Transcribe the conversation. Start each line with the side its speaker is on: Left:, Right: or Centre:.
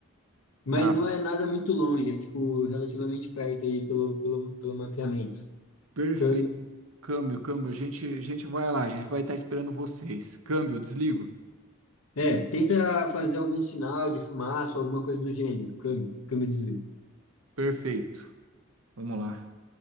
Left: Mas
Right: Ah,
Left: não é nada muito longe, é tipo relativamente perto aí pelo, pelo, pelo mapeamento.
Right: perfeito.
Left: Câmbio.
Right: Câmbio, câmbio. A gente, a gente vai lá, a gente vai estar esperando vocês. Câmbio, desligo.
Left: É, tenta fazer algum sinal de fumaça, alguma coisa do gênero. Câmbio, câmbio de desvio.
Right: Perfeito. Vamos lá.